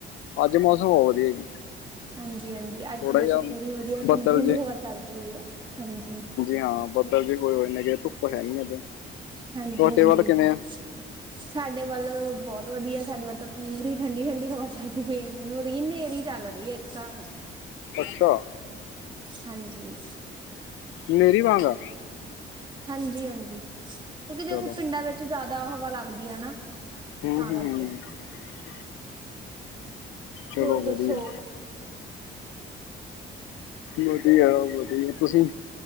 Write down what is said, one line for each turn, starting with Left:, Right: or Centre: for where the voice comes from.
Left: ਅੱਜ ਮੌਸਮ ਬਹੁਤ ਵਧੀਆ ਜੀ।
Right: ਹਾਂਜੀ। ਹਾਂਜੀ, ਹਾਂਜੀ! ਅੱਜ
Left: ਥੋੜਾ
Right: ਤਾਂ ਦੇਖੋ,
Left: ਜਿਹਾ
Right: ਪੂਰੀ ਵਧੀਆ
Left: ਬੱਦਲ
Right: ਠੰਡੀ-ਠੰਡੀ
Left: ਜੇ
Right: ਹਵਾ ਚੱਲ ਰਹੀ ਹੈ, ਹਾਂਜੀ।
Left: ਹਾਂ ਬੱਦਲ ਜੇ ਧੁੱਪ ਹੈ ਨੀ ਅੱਜ
Right: ਹਾਂਜੀ
Left: ਤੁਹਾਡੇ
Right: ਹਾਂਜੀ
Left: ਵੱਲ ਕਿਵੇਂ ਆ?
Right: ਸਾਡੇ ਵੱਲ ਬਹੁਤ ਵਧੀਆ ਸਾਡੇ ਵੱਲ ਤਾਂ ਪੂਰੀ ਠੰਡੀ-ਠੰਡੀ ਹਵਾ ਚੱਲਦੀ ਪਏ ਮਤਲਬ ਹਨੇਰੀ ਚੱਲ ਰਹੀ ਏ, ਇੱਕ ਹਿਸਾਬ ਨਾਲ।
Left: ਅੱਛਾ।
Right: ਹਾਂਜੀ।
Left: ਮੇਰੀ ਵਾਂਗ ਆ
Right: ਹਾਂਜੀ, ਹਾਂਜੀ! ਕਿਉਂਕਿ ਦੇਖੋ,
Left: ਚਲੋ
Right: ਪਿੰਡਾਂ ਵਿੱਚ ਜਿਆਦਾ ਹਵਾ ਲੱਗਦੀ ਆ ਨਾ।
Left: ਹਮ,
Right: ਤਾਂ
Left: ਹਮ,
Right: ਕਰਕੇ
Left: ਹਮ। ਚਲੋ,
Right: ਹੋਰ
Left: ਵਧੀਆ।
Right: ਦੱਸੋ
Left: ਵਧੀਆ, ਵਧੀਆ! ਤੁਸੀਂ